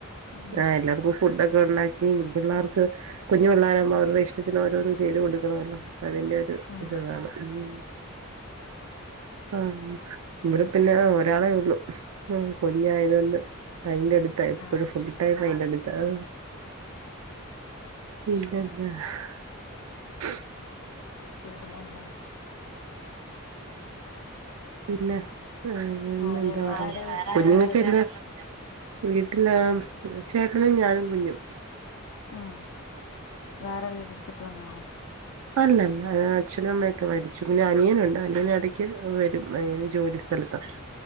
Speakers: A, on the left; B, on the right.
A: ഉം
B: ആ എല്ലാർക്കും ഫുഡക്കെ ഉണ്ടാക്കി പിള്ളേർക്ക് കുഞ്ഞു പിള്ളാരം അവരുടെ ഇഷ്ടത്തിന് ഓരോന്നും ചെയ്ത് കൊടു- ണമല്ലേ അതിന്റെ ഒരു
A: ഉം
B: ഇതുകാണു മ്മ് ആ ഇവിടെ പിന്നെ ഒരാളേ ഉള്ളു ആ കുഞ്ഞയത് കൊണ്ട് അതിന്റെ അടുത്ത് എപ്പോഴും
A: ആ
B: ഫുൾ ടൈം അതിന്റെറടുത്ത് <inaudible> <inaudible> <inaudible> <unintelligible> <unintelligible>
A: പിന്നെ എന്താ
B: <inaudible> <unintelligible>
A: ആരെ വേറെ ആരാ വീട്ടിലാരാ ഉള്ളത്
B: ഞാനും കുഞ്ഞു
A: ഉം വേറെ വീട് എടുത്തിട്ട് വന്ന
B: അല്ലല്ല അച്ഛനും അമ്മയൊക്കെ മരിച്ചു പിന്നെ അനിയനുണ്ട് അനിയന് ഇടയ്ക്ക് വരും അനിയ.. ജോലി സ്ഥലത്ത